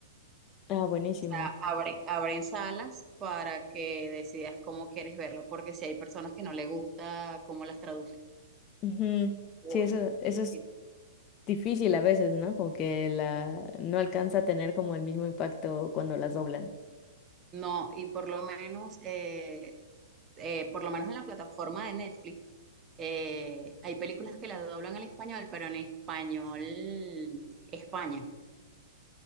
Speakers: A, on the left (about 30°); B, on the right (about 25°).
A: Ah, buenísimo.
B: sea, abren, abren salas para que decidas cómo quieres verlo, porque si hay personas que no le gusta cómo las traducen.
A: Ujú.
B: o-
A: Sí, eso, eso es
B: y-
A: difícil a veces, ¿no? Como que la no alcanza a tener como el mismo impacto cuando las doblan.
B: No, y por lo menos, eh, eh, por lo menos en la plataforma de Netflix, eh, hay películas que las doblan al español, pero en español España.